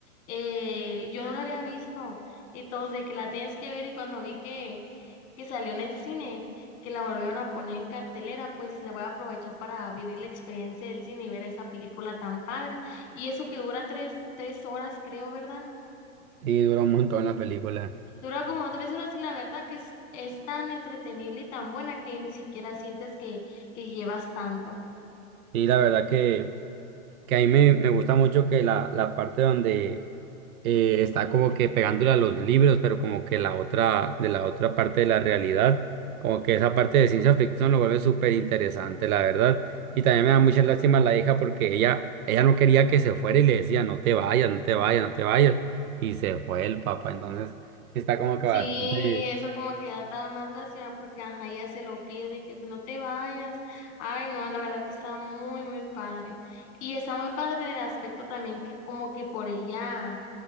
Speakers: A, on the left; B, on the right.
A: Eh, yo no la había visto y todos de que la tienes que ver y cuando vi que, que salió en el cine, que la volvieron a poner en cartelera, pues le voy a aprovechar para vivir la experiencia del cine y ver esa película tan padre. Y eso que dura tres, tres horas, creo, ¿verdad?
B: Sí, duró un montón la película.
A: Dura como tres horas y la verdad que es, es tan entretenible y tan buena que ni siquiera sientes que, que llevas tanto.
B: Y la verdad que que a mí me, me gusta mucho que la, la parte donde eh, está como que pegándole a los libros, pero como que la otra, de la otra parte de la realidad, como que esa parte de ciencia ficción lo vuelve súper interesante, la verdad. Y también me da mucha lástima la hija porque ella, ella no quería que se fuera y le decía, no te vayas, no te vayas, no te vayas. Y se fue el papá, entonces sí está como que
A: Sí,
B: bastante...
A: eso como que da todavía más lástima porque ajá, ella se lo pide de que pues, no te vayas. Ay, no, la verdad que está muy, muy padre. Y está muy padre en el aspecto también que como que por ella,